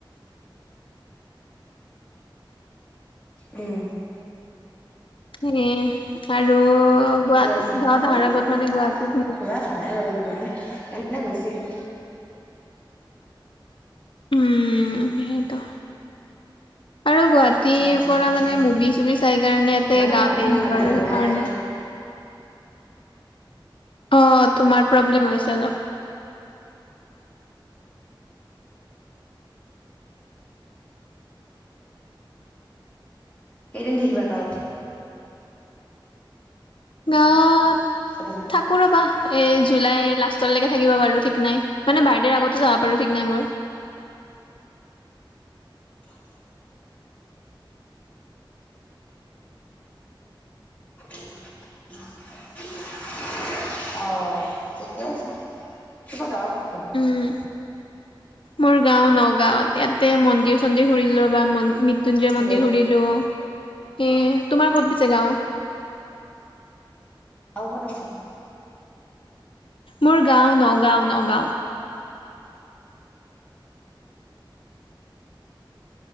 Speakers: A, on the left; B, on the left.
A: উম।
B: সে আৰু
A: ঠিকে
B: গুৱাহাটী
A: আছে আমাৰো
B: গাঁৱত অহাৰ আগত
A: এনেকুৱা
B: মানে গুৱাহাটীত মো-
A: ঘূৰা হোৱা নাই বাৰু ইমান। ন গৈছিলো।
B: উম সেইটো। আৰু গুৱাহাটীৰ
A: আচ্ছা আচ্ছা
B: পৰা
A: ঠিকে
B: মানে
A: আছে
B: মুভি চুভি চাই কাৰণে ইতে
A: মানে
B: গাত
A: মাতো
B: আহিছো
A: নাপাওঁ
B: আৰু
A: নেটৰ
B: সেইকাৰণে।
A: কাৰণে
B: অ তোমাৰ প্ৰব্লেম হৈছে অলপ।
A: কেইদিন থাকিবা গাওঁত?
B: গাঁৱত
A: তুমি
B: থাকো ৰবা এই জুলাই লাষ্টলৈকে থাকিব বাৰু ঠিক নাই মানে বাৰ্থডেৰ আগতো যাবা পাৰু ঠিক নাই মোৰ।
A: <unintelligible> <unintelligible> অ ঠিকে আছে <unintelligible>
B: উম মোৰ গাও নগাঁওত ইয়াতে মন্দিৰ চন্দিৰ ঘুৰিল বা মৃত্যুঞ্জয়
A: হেল্ল'
B: মন্দিৰ ঘূৰিলো সেই তোমাৰ ক'ত পিছে গাওঁ?
A: গাওঁ কত আছে?
B: মোৰ গাঁও নগাঁও নগাঁও।